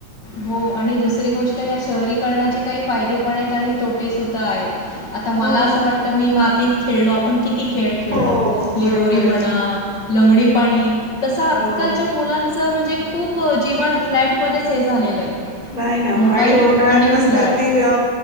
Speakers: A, on the left; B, on the right.
A: हो आणि दुसरी गोष्ट या शहरीकरणाचे काही फायदे पण आहेत आणि तोटे सुद्धा आहेत. आता मला
B: हो
A: असं
B: ते
A: वाटत मी मातीत खेळलो आपण आपण किती खेळ खेळलो
B: हो
A: लिगोरी
B: बरोबर
A: म्हणा,
B: आहे ना
A: लंगडी पाणी तस आजकालच्या
B: हो
A: मुलांच म्हणजे खूप जीवन फ्लॅट मध्येच हे झालेलं आहे.
B: नाही ना
A: मोबाईल
B: आणि उन्हाळ्यात
A: आणि
B: मस्त
A: फ्लॅट
B: अगदी अ